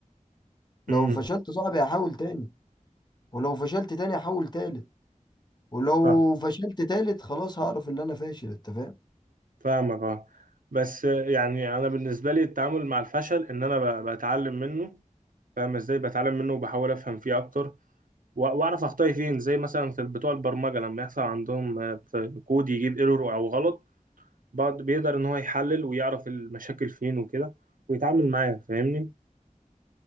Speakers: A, on the left; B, on the right.
A: لو
B: امم
A: فشلت يا صاحبي هحاول تاني ولو فشلت تاني هحاول تالت ولو
B: فاهم.
A: فشلت تالت خلاص هعرف ان انا فاشل انت فاهم
B: فاهمك اه بس يعني انا بالنسبه لي التعامل مع الفشل ان انا ب- بتعلم منه فاهم ازاي بتعلم منه وبحاول افهم فيه اكتر و- واعرف اخطائي فين زي مثلا في بتوع البرمجه لما يحصل عندهم آه، في كود يجيب ايرور او غلط بعد بيقدر ان هو يحلل ويعرف المشاكل فين وكده ويتعامل معاها فاهمني